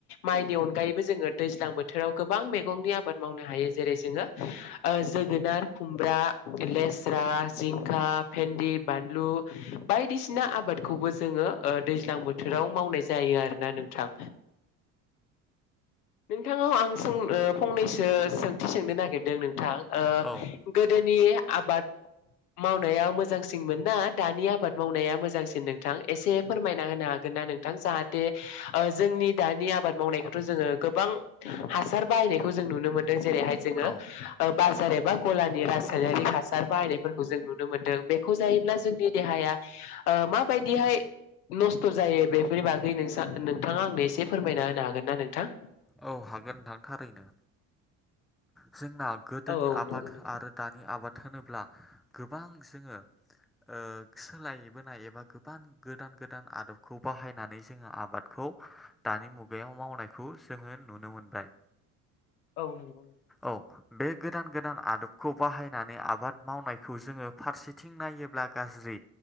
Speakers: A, on the left; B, in the centre.
A: माइनि अनगायैबो जोङो दैज्लां बोथोराव गोबां मेगंनि आबाद मावनो हायो। जेरै जोङो ओ जोगोनार, खुमब्रा, लेस्रा, जिंखा फेन्दि, बानलु बायदिसिना आबादखौबो जोङो ओ दैज्लां बोथोराव मावनाय जा यो आरो ना नोंथां। नोंथांनाव आं सों ओ फंनैसो सोंथि सोंनो नागिरदों नोंथां। ओ
B: औ औ
A: गो दोनि आबाद मावनायाव मोजांसिनमोन ना दानि आबाद मावनाया मोजांसिन नोंथां एसे फोरमायना होनो हागोन ना नोंथां जाहाथे ओ जोंनि दानि आबाद मावनायखौथ' जोङो गो बां हासार बाहायनायखौ जों नुनो मोनदों। जेरैहाय जोङो
B: औ
A: ओ बाज जेनेबा ग'लानि रासायनारि हासार बाहायनायफोरखौ जों नुनो मोनदों बेखौ जायोब्ला जोंनि देहाया ओ माबायदिहाय नस्थ' जायो बेफोरनि बागै नोंसा नोंथाङा आंनो एसे फोरमायना होनो हागोन ना नोंथां?
B: औ हागोन नोंथां थारैनो। जोंना गोदोनि
A: औ औ
B: आबाद
A: नंगौ नोंथां।
B: आरो दानि आबाद होनोब्ला गोबां जोङो ओ सोलायबोनाय एबा गोबां गोदान गोदान आदबखौ बाहायनानै जोङो आबादखौ खौ दानि मुगायाव मावनायखौ जोङो नुनो मोनबाय।
A: औ नों
B: औ। बे गोदान गोदान आदबखौ बाहायनानै आबाद मावनायखौ जोङो फारसेथिं नायोब्ला गाज्रि